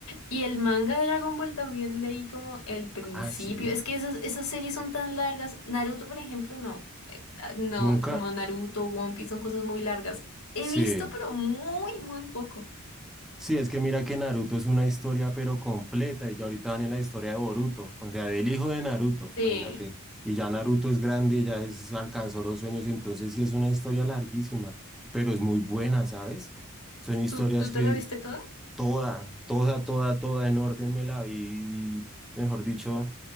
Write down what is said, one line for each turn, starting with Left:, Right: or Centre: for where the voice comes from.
Left: Y el manga de Dragon Ball también leí como el principio.
Centre: Ah, sí.
Left: Es que esas, esas series son tan largas. Naruto, por ejemplo, no. Eh, ah, No,
Centre: Nunca.
Left: como Naruto, One Piece son cosas muy largas. He
Centre: Sí.
Left: visto, pero muy, muy poco.
Centre: Sí, es que mira que Naruto es una historia pero completa y ya ahorita van en la historia de Boruto, o sea, del hijo de Naruto,
Left: Sí.
Centre: imagínate. Y ya Naruto es grande, ya es, alcanzó los sueños, entonces sí es una historia larguísima, pero es muy buena, ¿sabes? Son historias
Left: ¿Tú, tú
Centre: que
Left: te la viste toda?
Centre: toda, toda, toda, toda en orden me la vi, mejor dicho,